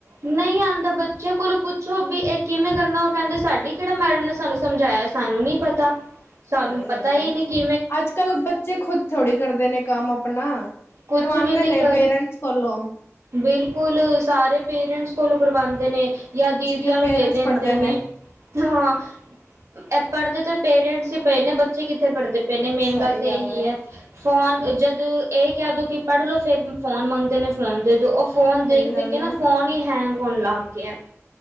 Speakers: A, on the right; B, on the left.
A: ਨਹੀਂ ਆਂਦਾ ਬੱਚੇ ਕੋਲੋਂ ਪੁੱਛੋ ਵੀ ਇਹ ਕਿਵੇਂ ਕਰਨਾ ਉਹ ਕਹਿੰਦੇ ਸਾਡੀ ਕਿਹੜਾ ਮੈਡਮ ਨੇ ਸਾਨੂੰ ਸਮਝਾਇਆ। ਸਾਨੂੰ ਨੀ ਪਤਾ ਸਾਨੂੰ
B: ਸਹੀ
A: ਪਤਾ
B: ਗੱਲ
A: ਹੀ
B: ਹੈ
A: ਨਹੀਂ ਕਿ
B: ਅੱਜ ਕੱਲ੍ਹ ਬੱਚੇ ਖੁੱਦ ਥੋੜ੍ਹੀ ਕਰਦੇ ਨੇ ਕੰਮ ਆਪਣਾ‌।
A: ਕੁਛ
B: ਕਰਵਾਂਦੇ
A: ਵੀ ਨਹੀਂ
B: ਨੇ
A: ਕਰ
B: ਪੇਰੈਂਟਸ ਕੋਲੋਂ।
A: ਬਿਲਕੁਲ ਸਾਰੇ ਪੇਰੈਂਟਸ ਕੋਲੋਂ ਕਰਵਾਂਦੇ ਨੇ। ਜਾਂ ਦੀਦੀਆਂ
B: ਜਿਵੇਂ
A: ਨੂੰ
B: ਪੇਰੈਂਟਸ
A: ਦੇ ਦਿੰਦੇ
B: ਪੜ੍ਹਦੇ
A: ਨੇ। ਹਾਂ ਇਹ ਪੜ੍ਹਦੇ ਤਾਂ ਪੇਰੈਂਟਸ ਹੀ ਪਏ ਨੇ ਬੱਚੇ ਕਿੱਥੇ ਪੜ੍ਹਦੇ <unintelligible> ਮੇਨ
B: ਸਹੀ
A: ਗੱਲ ਤਾਂ ਇਹੀ
B: ਹੈ
A: ਐ। ਫੋਨ ਜਦੋਂ ਇਹ ਕਹਿ ਦੋ ਕਿ ਪੜ੍ਹ ਲੋ ਫੇਰ ਫੋਨ ਮੰਗਦੇ ਨੇ ਫੋਨ ਦੇ ਦੋ। ਫੋਨ ਦੇਖ
B: ਸਹੀ ਗੱਲ
A: ਦੇਖ ਕੇ ਨਾ
B: ਹੈ
A: ਫੋਨ ਹੀ ਹੈਂਗ ਹੋਣ ਲੱਗ ਗਿਆ।